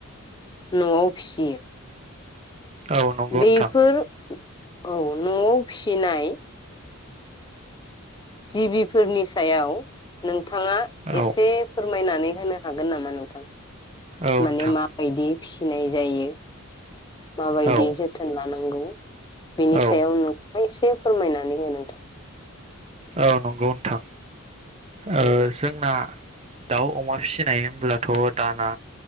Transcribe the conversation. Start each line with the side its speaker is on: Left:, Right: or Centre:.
Left: नआव फिसियो।
Right: औ नंगौ
Left: बेफोर
Right: नोथां।
Left: औ नआव फिसिनाय जिबिफोरनि सायाव नों थांङा
Right: औ
Left: एसे फोरमायनानै होनो हागोन नामा नोंथां?
Right: औ नोंथां
Left: माने मा बायदि फिसिनाय जायो माबायदि
Right: औ
Left: जोथोन लानांगौ बिनि
Right: औ
Left: सायाव नोंबो एसे फोरमायनानै हो नोंथां
Right: औ नंगौ नोथां ओ
Left: औ
Right: जोंना दाउ अमा फिसिनाय होमब्लाथ दाना